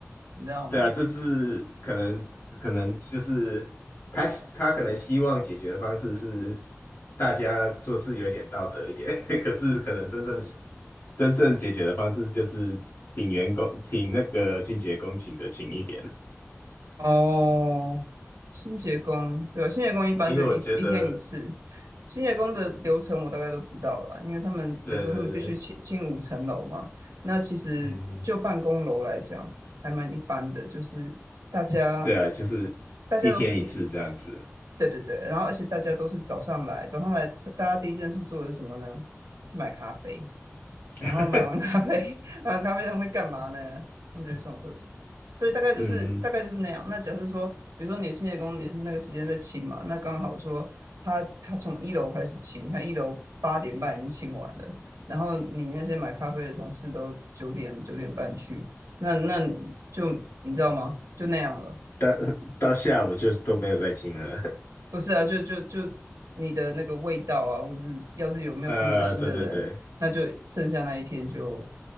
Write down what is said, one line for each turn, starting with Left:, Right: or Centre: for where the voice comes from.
Right: 你知道吗？
Left: 对啊，这是可能可能就是他他可能希望解决的方式是大家做事有点道德一点，<laughs> 可是可能真正真正解决的方式就是请员工请那个清洁工请的勤一点，
Right: 哦，清洁工，对，清洁工一般就一一天一次。
Left: 因为我觉得，
Right: 清洁工的流程我大概都知道了，因为他们比如说他们必须清清五层楼嘛，
Left: 对对对，
Right: 那其实就办公楼来讲还蛮一般的，
Left: 嗯嗯，
Right: 就是大家
Left: 对啊，就是一天一次这样子，
Right: 大家都是对对对，然后而且大家都是早上来，早上来大家第一件事做的是什么呢？去买咖啡。然后买完咖啡，
Left: <laughs>
Right: <laughs> 买完咖啡他们会干嘛呢？他们就去上厕所。所以大概就是大概就是那样。
Left: 嗯，
Right: 那假设说，比如说你清洁工你是那个时间在清嘛，那刚好说他他从一楼开始清，他一楼八点半已经清完了，然后你那些买咖啡的同事都九点九点半去，那那就你知道吗？就那样了。
Left: 到到下午就都没有再请了。
Right: 不是啊，就就就你的那个味道啊，或是要是有没有公德心的人，
Left: <laughs> 呃，对对对，
Right: 那就剩下那一天就